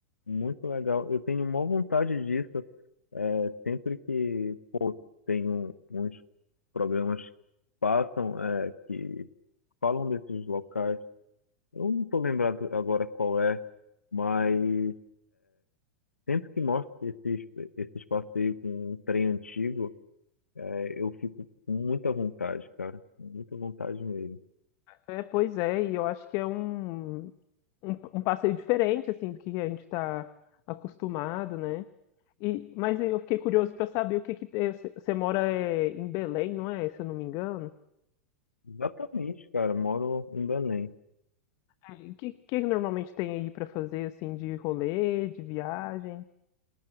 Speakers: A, on the left; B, on the left.
A: muito legal. Eu tenho maior vontade disso. É, sempre que, pô, tenho uns programas que passam, é, que falam desses locais. Eu não estou lembrado agora qual é, mas sempre que mostra esses, esses passeios com um trem antigo, é, eu fico com muita vontade, cara. Muita vontade mesmo.
B: É, pois é, e eu acho que é um. um, um passeio diferente, assim, do que a gente está acostumado, né? E, mas eu fiquei curioso para saber o que que tem- você você mora é, em Belém, não é? Se eu não me engano.
A: Exatamente, cara. Moro em Belém.
B: É, E O que, que normalmente tem aí para fazer, assim, de rolê, de viagem?